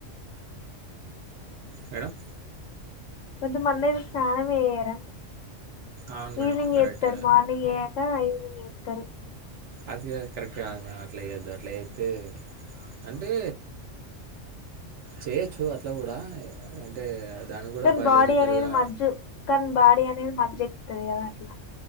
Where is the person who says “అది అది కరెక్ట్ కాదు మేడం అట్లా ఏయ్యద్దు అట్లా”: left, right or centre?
Right